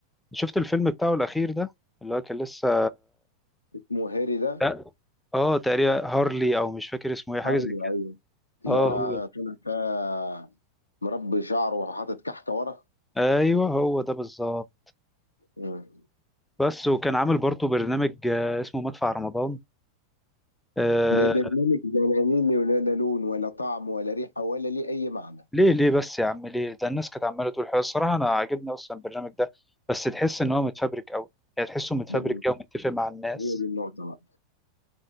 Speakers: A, in the centre; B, on the left.
A: شفت الفيلم بتاعه الاخير ده اللي هو كان لسه
B: اسمه هاري ده
A: لا اه تقريبا هارلي او مش فاكر اسمه ايه حاجه
B: هارلي
A: زي كده
B: ايوه اللي
A: اه
B: هو
A: هو
B: طالع فيها مربي شعره وحاطط كحكه ورا
A: ايوه هو ده بالظبط
B: مم.
A: بس وكان عامل برضه برنامج آه، اسمه مدفع رمضان آه
B: ببرنامج لا لا ليه ولا لا لون ولا طعم ولا ريحه ولا ليه اي معنى
A: ليه ليه بس يا عم ليه ده الناس كانت عماله تقول حلو الصراحه انا عاجبني اصلا البرنامج ده بس تحس ان هو متفبرك قوي يعني تحسه متفبرك
B: ده
A: كده ومتفق مع الناس
B: هي دي النقطه بقى